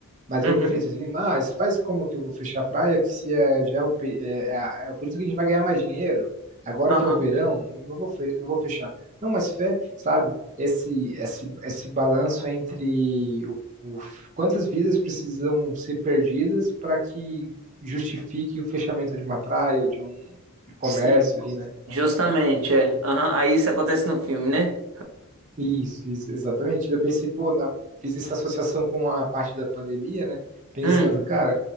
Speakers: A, on the right; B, on the right.
A: Mas
B: Uhum.
A: eu prefiro assim, mas faz como que eu vou fechar a praia, que se é, já é o, pe- é, é, é o período que a gente vai ganhar mais dinheiro, agora
B: Aham.
A: que é o verão, não vou, fe- não vou fechar. Não, mas fé, sabe, esse, esse, esse balanço entre o, o- quantas vidas precisam ser perdidas para que justifique o fechamento de uma praia ou de um comércio
B: Sim.
A: ali, né?
B: Justamente, é. Aham. Aí isso acontece no filme, né?
A: Isso, isso, exatamente. Eu pensei, pô, na- fiz essa associação com a parte da pandemia, né? Pensando,
B: Hum.
A: cara,